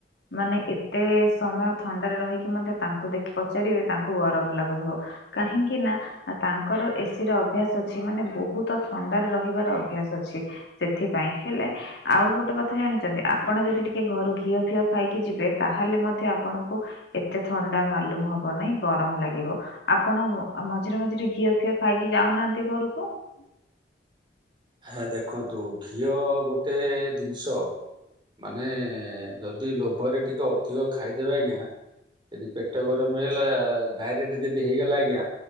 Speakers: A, on the left (about 70°); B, on the right (about 25°).
A: ମାନେ ଏତେ ସମୟ ଥଣ୍ଡାରେ ରହିକି ମଧ୍ୟ ତାଙ୍କୁ ଦେଖି ପଚାରିବେ ତାଙ୍କୁ ଗରମ ଲାଗୁଥିବ। କାହିଁ କି ନା ତାଙ୍କର ଏସି ର ଅଭ୍ୟାସ ଅଛି ମାନେ ବହୁତ ଥଣ୍ଡାରେ ରହିବାର ଅଭ୍ୟାସ ଅଛି। ସେଥିପାଇଁ ହେଲେ ଆଉ ଗୋଟେ କଥା ଜାଣିଛନ୍ତି ଆପଣ ଯଦି ଟିକେ ଘରୁ ଘିଅ ଘିଅ ଖାଇକି ଯିବେ ତାହେଲେ ମଧ୍ୟ ଆପଣଙ୍କୁ ଏତେ ଥଣ୍ଡା ମାଲୁମ ହବ ବନାଇଁ ଗରମ ଲାଗିବ ଆପଣ ମଝିରେ ମଝିରେ ଘିଅ ଫିଅ ଖାଇକି ଯାଉନାହାନ୍ତି ଘରକୁ <unintelligible>
B: ହେ ଦେଖନ୍ତୁ ଘିଅ ଗୋଟେ ଜିନିଷ ମାନେ ଯଦି ଲୋଭରେ ଟିକେ ଅଧିକ ଖାଇଦେବେ ଆଜ୍ଞା। ଯଦି ପେଟ ଗରମ ହେଇଗଲା ଡାଇରେକ୍ଟ ଯଦି ହେଇଗଲା ଆଜ୍ଞା।